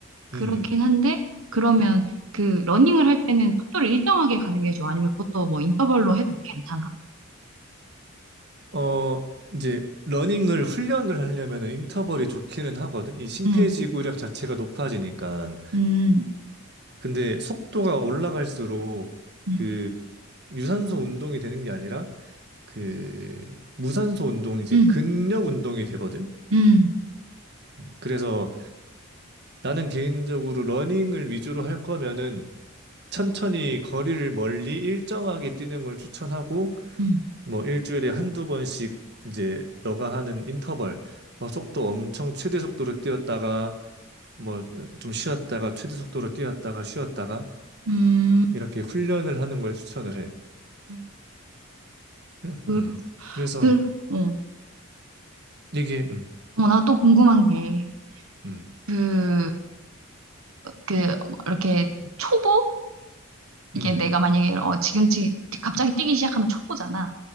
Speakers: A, on the right; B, on the right.
A: 그렇긴
B: 음. 음.
A: 한데, 그러면 그 러닝을 할 때는 속도를 일정하게 가는 게 좋아? 아니면 그것도 뭐 인터벌로 해도 괜찮아?
B: 어, 이제 러닝을 훈련을 하려면은 인터벌이 좋기는 하거든. 이 심폐지구력
A: 음,
B: 자체가 높아지니까.
A: 음,
B: 근데 속도가 올라갈수록
A: 음,
B: 그 유산소 운동이 되는 게 아니라 그 무산소 운동 이제
A: 음,
B: 근력 운동이 되거든.
A: 음,
B: 그래서 나는 개인적으로 러닝을 위주로 할 거면은 천천히 거리를 멀리 일정하게 뛰는 걸 추천하고
A: 음,
B: 뭐 일주일에 한두 번씩 이제 너가 하는 인터벌 뭐 속도 엄청 최대 속도로 뛰었다가 뭐 좀 쉬었다가 최대 속도로 뛰었다가 쉬었다가
A: 음,
B: 이렇게 훈련을 하는 걸 추천을 해.
A: 음.
B: 그래-
A: 그,
B: 음. 그래서
A: 그, 어,
B: 이게 음.
A: 어, 나 또 궁금한 게,
B: 음.
A: 그, 그 이렇게 초보 이게
B: 음.
A: 내가 만약에 어 지금 지, 갑자기 뛰기 시작하면 초보잖아.